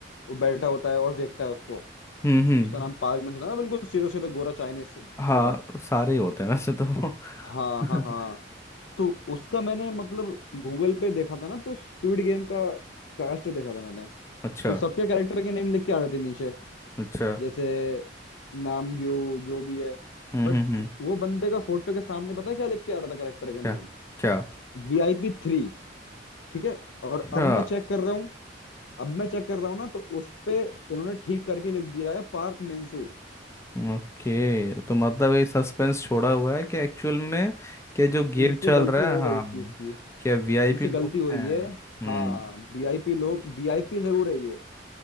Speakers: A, on the left (about 80°); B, on the left (about 15°).
A: वो बैठा होता है और देखता है उसको
B: हम्म हम्म
A: उसका नाम पार्क ने सुना ना बिल्कुल सीधा सीधा गोरा चाइनीज
B: हाँ
A: जैसा
B: सारे ही होते हैं वैसे तो वो।
A: हाँ
B: <laughs>
A: हाँ हाँ तो उसका मैंने मतलब गूगल पे देखा था ना तो स्क्विड गेम का कास्ट देखा था मैंने
B: अच्छा
A: तो सबके कैरेक्टर के नेम लिख के आ रहे थे नीचे
B: अच्छा
A: जैसे नामग्यो जो भी है
B: हम्म
A: बट
B: हम्म हम्म,
A: वो बंदे का फोटो के सामने पता है क्या लिख के आ रहा था करेक्टर का
B: क्या
A: नेम
B: क्या
A: वीआईपी थ्री ठीक है और
B: अच्छा
A: अब मैं चेक कर रहा हूँ अब मैं चेक कर रहा हूँ ना तो उस पे उन्होंने ठीक करके लिख दिया है पार्क मेंसू
B: ओके तो मतलब ये सस्पेंस छोड़ा हुआ है कि एक्चुअल में क्या जो गेम
A: इनसे
B: चल
A: गलती
B: रहा
A: हो
B: है हाँ
A: गई इस चीज की
B: क्या वीआईपी
A: इनसे
B: लोग
A: गलती हुई
B: हैं
A: है
B: हम्म
A: हाँ वीआईपी लोग वीआईपी जरूर है ये